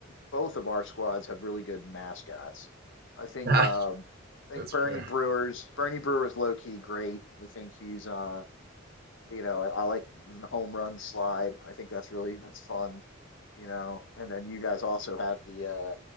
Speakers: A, on the left; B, on the right.
A: both of our squads have really good mascots. I think
B: <laughs>
A: um, I think
B: That's
A: Bernie
B: fair.
A: Brewer's Bernie Brewer's low key great. I think he's uh you know I, I like the home run slide. I think that's really that's fun. You know, and then you guys also have the uh